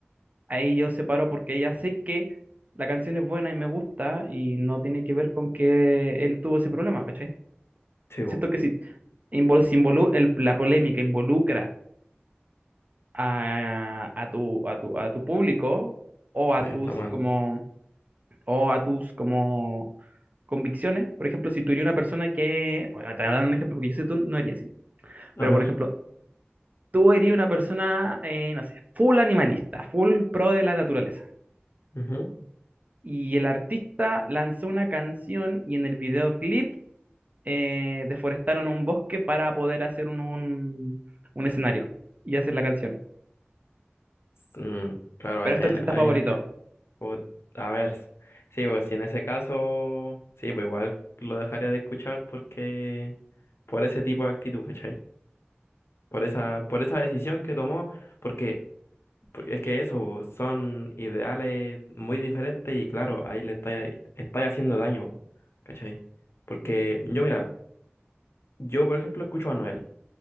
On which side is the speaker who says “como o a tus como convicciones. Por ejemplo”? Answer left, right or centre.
Right